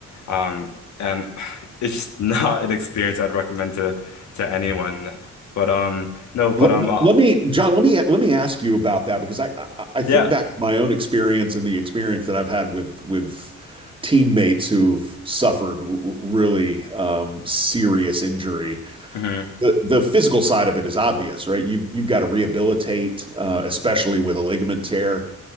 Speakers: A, on the left; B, on the right.
A: um and <sighs> it's just <laughs> not an experience I'd recommend to to anyone but um no but
B: Let,
A: um uh,
B: let me, John, let me let me ask you about that because I, I I think
A: yeah
B: back to my own experience and the experience that I've had with with teammates who've suffered r- really um, serious injury.
A: hmm
B: The the physical side of it is obvious, right? You've you've got to rehabilitate, uh, especially with a ligament tear.